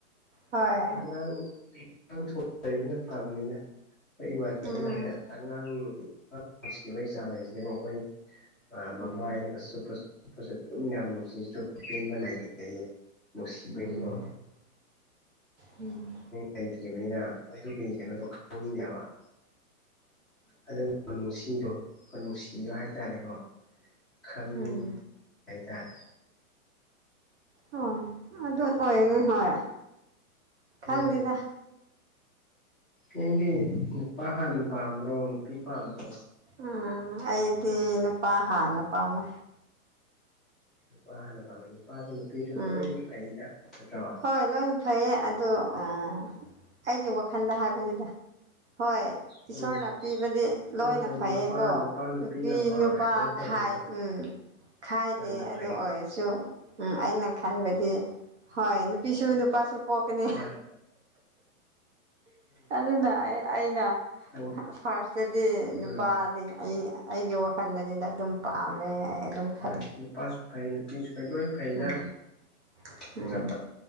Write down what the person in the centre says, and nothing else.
ꯑꯉꯥꯡ ꯑꯉꯥꯡ <unintelligible> ꯂꯩꯕꯅ ꯐꯕꯅꯤꯅ ꯍꯣꯏ ꯏꯃꯥꯟꯅꯕꯅ
ꯍꯥꯏ ꯑꯉꯥꯡ ꯅꯨꯡꯁꯤꯕꯒꯤ ꯆꯥꯡꯁꯤꯗꯤꯕꯨ ꯑꯩꯈꯣꯏ ꯃꯃꯥꯏꯗ
ꯆꯨꯞꯄ ꯆꯨꯞꯄꯁꯨ ꯑꯗꯨꯝ ꯌꯥꯝ ꯅꯨꯡꯁꯤ ꯆꯨꯞꯄ ꯄꯦꯟꯕ ꯅꯥꯏꯗꯦ ꯍꯥꯏꯌꯦꯦ ꯅꯨꯡꯁꯤꯕꯩꯀꯣ
ꯂꯩꯇ꯭ꯔꯤꯕꯅꯤꯅ ꯑꯗꯨꯒꯤ ꯀꯩꯅꯣꯗꯣ ꯈꯪꯗꯦꯕ ꯍꯥꯏꯕꯥ ꯑꯗꯨ ꯈꯨꯅꯨꯡꯁꯤꯗꯣ ꯈꯨꯅꯨꯡꯁꯤꯗꯣ ꯍꯥꯏ ꯇꯥꯔꯦꯀꯣ ꯈꯪ
ꯍꯥꯏꯇꯥꯔꯦ
ꯎꯝ
ꯅꯪꯗꯤ ꯅꯨꯄꯥ ꯍꯥꯟꯅ ꯄꯥꯝꯕ꯭ꯔꯣ ꯅꯨꯄꯤ ꯄꯥꯝꯕ꯭ꯔꯣ
ꯅꯨꯄꯥ ꯍꯥꯟꯅ ꯄꯥꯝꯃꯦ ꯅꯨꯄꯥꯁꯨ ꯅꯨꯄꯤꯁꯨ
ꯂꯣꯏ ꯐꯩꯗ ꯅꯠꯇ꯭ꯔꯣ
ꯎꯝ
ꯂꯣꯏ ꯐꯩ ꯅꯨꯄꯥ
ꯅꯨꯄꯥ
ꯌꯥꯝ ꯄꯥꯝ
ꯀꯩꯅꯣ ꯇꯧꯒꯅꯨꯗ
ꯌꯥꯝꯅ
ꯐꯩ
ꯍꯣꯏ
ꯎꯝ
ꯎꯝ
ꯍꯣꯏ ꯅꯨꯄꯥꯁꯨ ꯐꯩ ꯅꯨꯄꯤꯁꯨ ꯐꯩ ꯂꯣꯏ ꯐꯩꯗ
ꯅꯠꯇ꯭ꯔꯣ